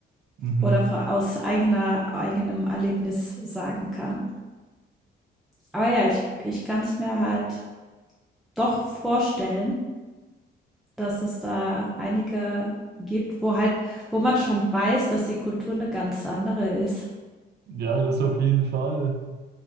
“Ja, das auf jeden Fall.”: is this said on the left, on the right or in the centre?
Right